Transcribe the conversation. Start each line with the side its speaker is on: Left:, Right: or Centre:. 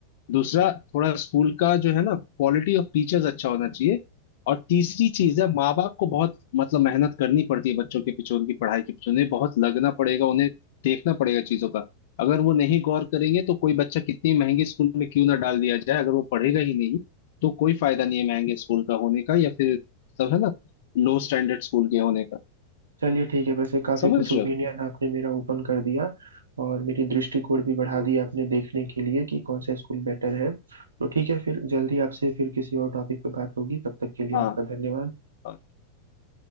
Left: दूसरा थोड़ा स्कूल का जो है ना क्वालिटी ऑफ टीचर्स अच्छा होना चाहिए और तीसरी चीज है माँ बाप को बहुत मतलब मेहनत करनी पड़ती है बच्चों के पीछे उनकी पढ़ाई के पीछे उन्हें बहुत लगना पड़ेगा उन्हें देखना पड़ेगा चीजों का अगर वो नहीं गौर करेंगे तो कोई बच्चा कितनी महंगे स्कूल में क्यों ना डाल दिया जाए अगर वो पढ़ेगा ही नहीं तो कोई फायदा नहीं है महंगे स्कूल का होने का या फिर सब है ना लो स्टैंडर्ड स्कूल के होने का
Right: चलिए ठीक है वैसे काफी
Left: समझ
Right: कुछ ओपिनियन
Left: रहे हो
Right: आपने मेरा ओपन कर दिया और मेरी दृष्टिकोण भी बढ़ा
Left: हम्म,
Right: दिया आपने देखने के लिए कि कौन सा स्कूल बेटर है तो ठीक है फिर जल्दी आपसे फिर किसी और टॉपिक पे बात होगी तब तक के लिए
Left: हाँ
Right: आपका धन्यवाद
Left: हाँ,